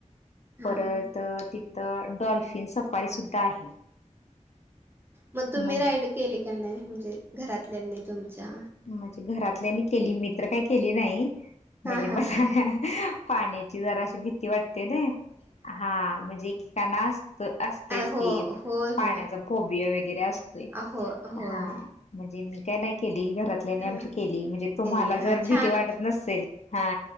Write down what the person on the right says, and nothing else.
हा
हा
मग तुम्ही
राईड केली का नाही म्हणजे घरातल्यानी तुमच्या
हा हा
हा
हो
होय
होय
हो होय
हा
केली हा
छान